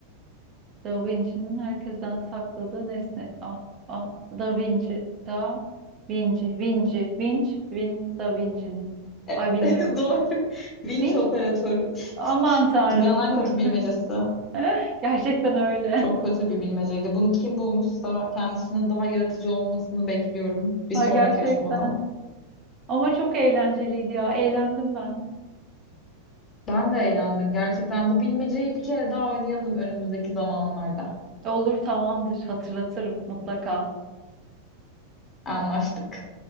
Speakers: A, on the right; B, on the left.
A: Da Vinci'nin herkesten sakladığı nesne. A, a, Da Vinci, Da Vinci, Vinci, Vinci, Vin, Da Vinci'nin.
B: E,
A: Ay bilmiyorum.
B: <laughs> Doğru. Vinç
A: Vinci?
B: operatörü.
A: Aman tanrım
B: Dünyanın en
A: kork.
B: kötü bilmecesi.
A: <laughs> Gerçekten öyle.
B: Çok kötü bir bilmeceydi. Bunu kim bulmuşsa kendisinin daha yaratıcı olmasını bekliyorum bir
A: Ha
B: sonraki
A: gerçekten.
B: aşamada.
A: Ama çok eğlenceliydi ya. Eğlendim ben.
B: Ben de eğlendim gerçekten. Bu bilmeceyi bir kere daha oynayalım önümüzdeki zamanlarda.
A: Olur tamamdır. Hatırlatırım mutlaka.
B: Anlaştık.